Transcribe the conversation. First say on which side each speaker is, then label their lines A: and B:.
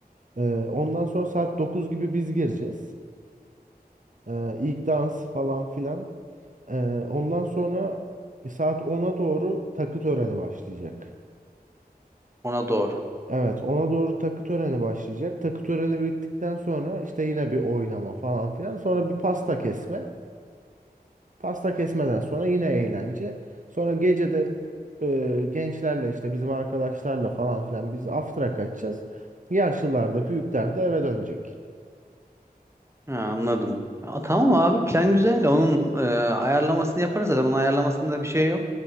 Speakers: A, on the right (about 50°); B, on the right (about 15°).
A: Ee, ondan sonra saat 9 gibi biz gireceğiz. Ee, ilk dans falan filan. Ee, ondan sonra saat ona doğru takı töreni başlayacak.
B: Ona doğru.
A: Evet, ona doğru takı töreni başlayacak. Takı töreni bittikten sonra işte yine bir oynama falan filan. Sonra bir pasta kesme. Pasta kesmeden sonra yine eğlence. Sonra gece de e, gençlerle işte bizim arkadaşlarla falan filan biz after'a kaçacağız. Yaşlılar da büyükler de eve dönecek.
B: Ha, anladım. Aa, tamam abi plan güzel. Onun e, ayarlamasını yaparız zaten. Onun ayarlamasında bir şey yok.